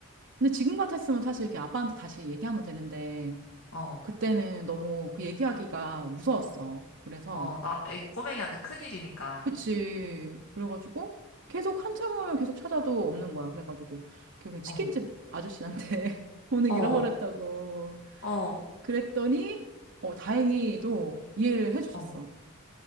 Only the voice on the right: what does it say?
근데 지금 같았으면 사실 이렇게 아빠한테 다시 얘기하면 되는데
그때는 너무 그 얘기하기가 무서웠어. 그래서
그치. 그래가지고 계속 한참을 계속 찾아도 없는 거야. 그래가지고 결국엔 치킨집
아저씨한테 <laughs> 돈을
잃어버렸다고
그랬더니 어, 다행히도 이해를 해주셨어.